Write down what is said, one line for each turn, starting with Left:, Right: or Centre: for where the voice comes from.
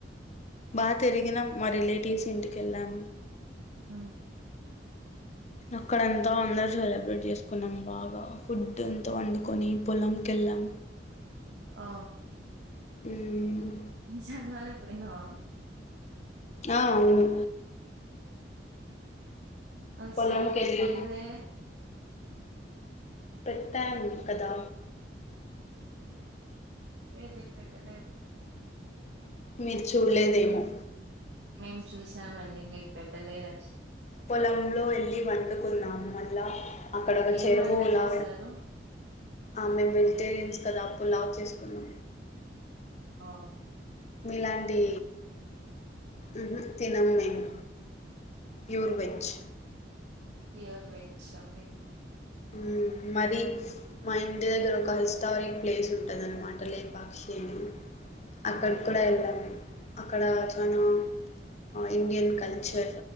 Left: బాగ తిరిగినాం రిలేటివ్ రీసెంట్కి వెళ్ళం
Right: ఆ
Left: అక్కడంతా అందరు సెలబ్రేట్ చేసుకున్నాం. బాగా ఫుడ్ ఎంతో వండుకొని పొలంకెళ్ళాం.
Right: ఆ
Left: ఉమ్
Right: నిజంగానే పాయినవ
Left: ఆ అవును
Right: అ
Left: పొలంకెళ్ళి
Right: స్నాప్ పెట్లేదే
Left: పెట్టాను కదా
Right: ఏదిప్పైట లేదు
Left: మీరు చూడలేదేమో
Right: మేము చూసామండి మీరు పెట్టలేదని చెప్
Left: పొలంలో వెళ్ళి వండుకున్నాము మళ్ళా అక్కడ ఒక
Right: ఏం
Left: చెరువులా
Right: వంట చేశారు
Left: ఆ మేము వెజిటేరియన్స్ కదా పులావ్ చేసుకున్నా
Right: ఆం
Left: మీలాంటి ఉహూ తినం మేము pure veg
Right: pure veg shocking
Left: ఊ మరి మా ఇంటి దగ్గర ఒక హిస్టారిక్ ప్లేస్ ఉంటుది అన్నమాట లేపాక్షి అని అక్కడి
Right: ఓ
Left: కూడా వెళ్తాము అక్కడ చాలా ఆ ఇండియన్ కల్చర్